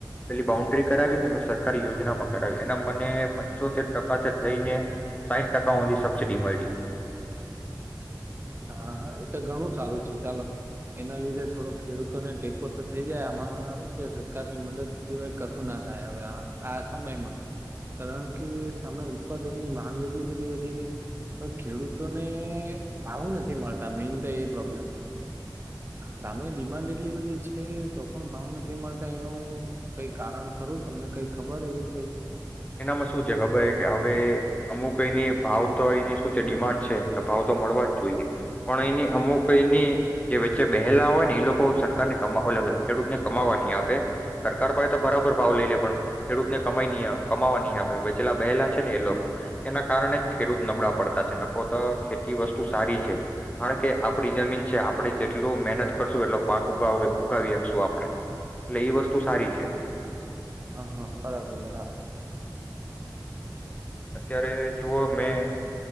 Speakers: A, on the left; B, on the right.
A: પેલી બાઉન્ડ્રી કરાવી ને મેં સરકારી યોજનામાં કરાવી, એનામાં મને પંચોતેર ટકા જે લઈને સાઈઠ ટક <unintelligible> સબસીડી મયળી.
B: હા, હા એ તો ઘણું સારું છે. ચાલો એના લીધે થોડો ખેડૂતોને ટેકો તો થઈ જાય, આમાં શું છે સરકારની મદદ સિવાય કશું ના થાય હવે આ સમયમાં, કારણ કે સામે ઉત્પાદનની માંગ એટલી બધી વધી ગઈ. હવે ખેડૂતોને ભાવ નથી મળતા મેઈન તો એ પ્રોબ્લેમ, સામે ડિમાન્ડ એટલી બધી છે તો પણ ભાવ નથી મળતા એનું કઈ કારણ ખરું? તમને કઈ ખબર એવી કઈ?
A: એનામાં શું છે ખબર હે કે હવે અમુક એની ભાવ તો એની શું છે ડિમાન્ડ છે. તો ભાવ તો મળવા જ જોઈએ, પણ એની અમુક એની જે વચ્ચે બેહેલા હોય ને એ લોકો સર કારને કમા <unintelligible> ખેડૂતને કમાવવા નહી આપે, સરકાર પાહે તો બરાબર ભાવ લઈ લે પણ ખેડૂતને કમાઈ નહીં આપ કમાવા નહીં આપે, વચેલા બેહેલા છે ને એ લોકો. એના કારણે ખેડૂત નબળા પડતા છે. નખો તો ખેતી વસ્તુ સારી છે, કારણ કે આપડી જમીન છે, આપણે જેટલું મહેનત કરશું એટલો પાક ઉગાવો હોય ઉગાવી હકશું આપણે, એટલે ઈ વસ્તુ સારી છે.
B: હા, હા બરાબર <unintelligible>
A: અત્યારે જુઓ મેં